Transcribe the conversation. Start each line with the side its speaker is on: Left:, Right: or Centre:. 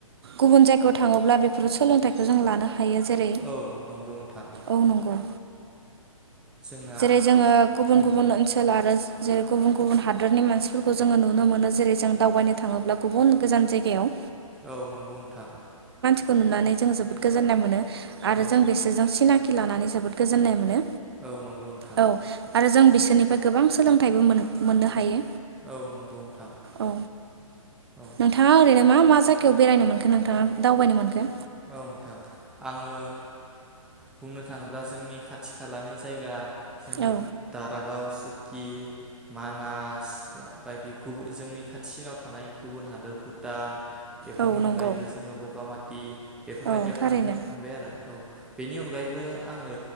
Right: गुबुन जायगायाव थाङोब्ला बेफोर सोलोंथखौ जों लानो हायो जेरै
Centre: औ नंगौ नोंथां
Right: औ नंगौ
Centre: जोंना
Right: जेरै जोङो गुबुन
Centre: उम
Right: गुबुन ओनसोल आरो जेरै गुबुन गुबुन हादरनि मानसिफोरखौ जोङो नुनो मोनो जेरै जों दावबायनो थाङोब्ला गुबुन गोजान जायगायाव
Centre: औ नंगौ नोंथां
Right: खौ नुनानै जोंङो जोबोद गोजोन्नाय मोनो आरो
Centre: औ
Right: जों बिसोरजों सिनाखि खि लानानै जोबोद गोजोननाय मोनो
Centre: औ नंगौ नोंथां
Right: औ आरो जों बिसोरनिफ्राय गोबां सोलोंथाइबो मोननो हायो
Centre: औ नंगौ नोंथां
Right: औ
Centre: औ
Right: नोंथाङा ओरैनो मा मा जाय गायाव बेरायनो मोनखो नोंथाङा दावबायनो मोनखो
Centre: औ नोंथां आङो बुंनो थाङोब्ला जोंनि खाथि खालानि जायगा जोंनि
Right: औ
Centre: दारागाव सुकि मानास बायदि गुबुन जोंनि खाथिसिनाव थानाय गुबुन हादोर भुटान बेफोरनि
Right: औ नंगौ
Centre: अनगायैबो जोङो बगामा <unintelligible> बेफोरबायदियाव
Right: औ थारैनो
Centre: थांनो मोनबाय आरो औ बेनि अनगायैबो आङो